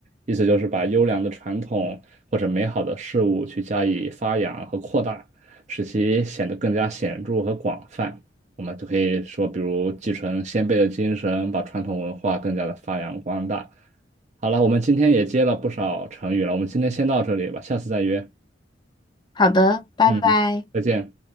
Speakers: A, on the right; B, on the left.
A: 意思就是把优良的传统或者美好的事物去加以发扬和扩大，使其显得更加显著和广泛。我们就可以说，比如继承先辈的精神，把传统文化更加的发扬光大。好了，我们今天也接了不少成语了，我们今天先到这里吧，下次再约。
B: 好的，拜拜。
A: 嗯，再见。